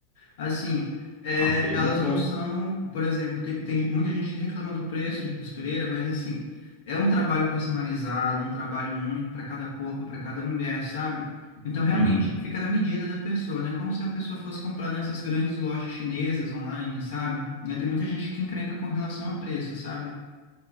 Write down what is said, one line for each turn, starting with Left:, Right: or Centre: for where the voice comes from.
Left: Assim, é,
Centre: Ah, seria
Left: elas
Centre: muito bom.
Left: não são, por exemplo, tem, tem muita gente que reclama do preço de costureira, mas assim, é um trabalho personalizado, um trabalho único para cada corpo, para cada mulher, sabe? Então realmente
Centre: Uhum.
Left: fica na medida da pessoa, né? Como se a pessoa fosse comprar nessas grandes lojas chinesas online, sabe? Né, Tem muita gente que encrenca com relação a preço, sabe?